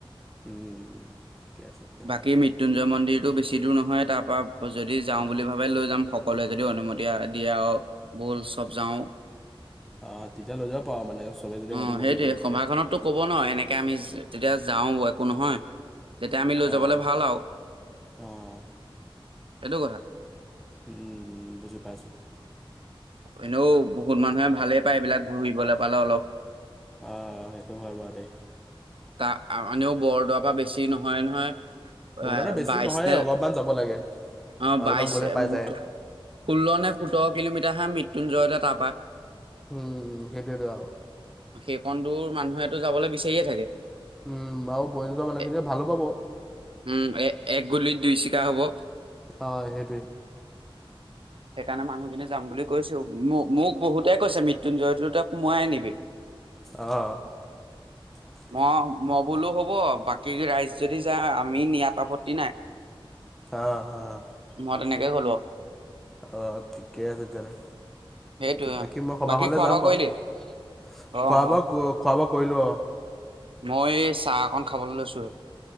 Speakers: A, in the centre; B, on the right.
A: উম ঠিকে আছে তেতিয়াহ'লে
B: বাকী মৃত্যুঞ্জয় মন্দিৰটো বেছি দূৰ নহয়, তাৰ পৰা যদি যাওঁ বুলি ভাবে লৈ যাম সকলোৱে যদিও অনুমতি য়া-দিয়ে আৰ বল চব যাওঁ।
A: অঁ তেতিয়া লৈ যাব পাৰ মানে চবে যদি
B: অ',
A: অনুমতি
B: সেইটোৱে
A: দিয়ে তেতিয়া
B: সভাখনতটো ক'ব ন এনেকে আমি তেতিয়া যাওঁ একো নহয়, তেতিয়া আমি লৈ
A: অঁ
B: যাবলৈ ভাল আৰু।
A: অঁ
B: সেটো কথা।
A: উম, উম, বুজি পাইছোঁ।
B: এনেও বহুত মানুহে ভালেই পায় এইবিলাক ঘূৰিবলৈ পালে অলপ
A: অ', সেইটো হয়, বাৰু দেই।
B: তা, আ-এনেও বৰদোৱাৰ পৰা বেছি নহয়, নহয়।
A: বৰদোৱাটো
B: এ
A: বেছি
B: বাইশ
A: দুৰ নহয়ে
B: নে
A: অলপমান যাব লাগে
B: অ', বাইচ,
A: অলপমান গ'লে পাই
B: ওঠ-ষোল্ল
A: যায়
B: নে সোঁতৰ কিলোমিটাৰ হে মৃত্যুঞ্জয়লৈ তাপা
A: উম, সেইটোৱেটো‌ আৰু।
B: সেইকণ দূৰ মানুহেটো যাবলৈ বিচাৰিয়ে থাকে।
A: উম আৰু বয়সস্থ মানুহখিনিয়ে
B: এ
A: ভালো পাব
B: উম এ এক গুলিত দুই চিকাৰ হব
A: <unintelligible> অ', সেইটোৱেই।
B: সেইকাৰণে মানুহখিনি যাম বুলি কৈছেয়ো, মোক, মোক বহুতে কৈছে মৃত্যুঞ্জয়টোতে সোমোৱাই ‌আনিবি।
A: অ', অ'।
B: ম-ম বোলো হ'ব বাকী ৰাইজ যদি যায় আমি নিয়াত আপত্তি নাই।
A: অ' - অ'।
B: মই তেনেকে ক'লো
A: অ' ঠিকেই আছে, তেতিয়া হ'লে।
B: সেইটোৱে
A: বাকী মই সভাখনলে
B: খোৱা
A: যাম
B: বোৱা কৰিলি
A: বাৰু
B: অ
A: খোৱা
B: অ
A: বোৱা খোৱা কৰিলোঁ অ',
B: মই চাহ অকণ খাবলৈ লৈছোঁহে।